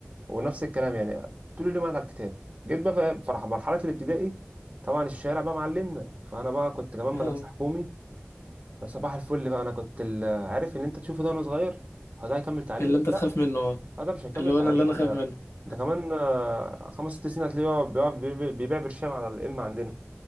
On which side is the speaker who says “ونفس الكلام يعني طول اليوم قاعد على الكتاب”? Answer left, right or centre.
Right